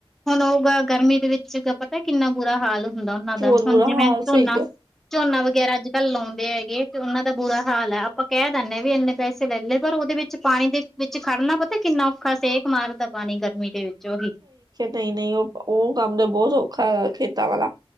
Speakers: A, in the centre; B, on the right (about 45°).
A: ਹੁਨ ਓ ਗਰਮੀ ਦੇ ਵਿੱਚ ਪਤਾ ਕਿੰਨਾ ਬੁਰਾ ਹਾਲ ਹੁੰਦਾ ਓਨਾਂ
B: ਬਹੁਤ
A: ਦਾ,
B: ਬੁਰਾ
A: ਹੁਨ ਜਿਵੇਂ
B: ਹਾਲ
A: ਝੋਨਾ,
B: ਸਹੀ ਹੈ।
A: ਝੋਨਾ ਵਗੈਰਾ ਅੱਜ-ਕੱਲ ਲਾਉਂਦੇ ਹੈਗੇ ਤੇ ਓਨਾਂ ਦਾ ਬੁਰਾ ਹਾਲ ਆ, ਆਪਾਂ ਕਹਿ ਦਿੰਨੇ ਆ, ਵੀ ਇੰਨੇ ਪੈਸੇ ਲੈ ਲਏ ਪਰ ਉਹਦੇ ਵਿੱਚ ਪਾਣੀ ਦੇ ਵਿੱਚ ਖੜਨਾ ਪਤਾ ਕਿੰਨਾ ਔਖਾ, ਸੇਕ ਮਾਰਦਾ ਪਾਨੀ ਗਰਮੀ ਦੇ ਵਿੱਚੋ ਓਹੀ।
B: ਨਈ-ਨਈ, ਉਹ ਉਹ ਕੰਮ ਦਾ ਬੋਤ ਔਖਾ ਹੈਗਾ ਖੇਤਾਂ ਵਾਲਾ,